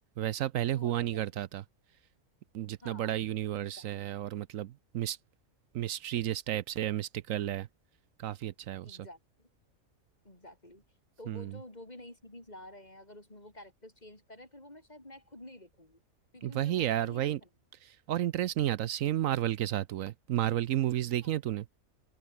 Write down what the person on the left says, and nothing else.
बहुत
अलग
है
हाँ
एग्जैक्ट
एग्जैक्टली
एग्जैक्टली तो
वो जो जो भी नई सीरीज ला रहे हैं अगर उसमें वो कैरेक्टर्स चेंज करें फिर वो मैं शायद मैं खुद नहीं देखूंगी क्योंकि
मुझे वो
नहीं
देखना है
हाँ,